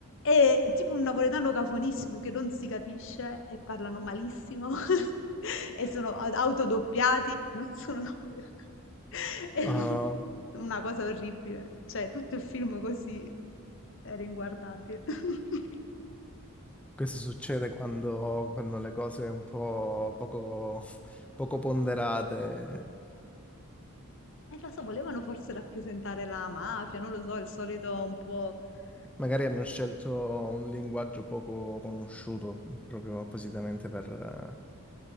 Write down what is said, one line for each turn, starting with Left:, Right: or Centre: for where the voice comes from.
Left: Ehm, tipo un napoletano cafonissimo che non si capisce e parlano malissimo <laughs> e sono a autodoppiati, non sono napoletani. <laughs> E
Centre: Ah,
Left: non una cosa orribile. Cioè, tutto il film così era inguardabile. <laughs>
Centre: Questo succede quando, quando le cose un po' poco, poco ponderate,
Left: E lo so, volevano forse rappresentare la mafia, non lo so, il solito un po',
Centre: magari
Left: ehm
Centre: hanno scelto un linguaggio poco conosciuto proprio appositamente per, eh,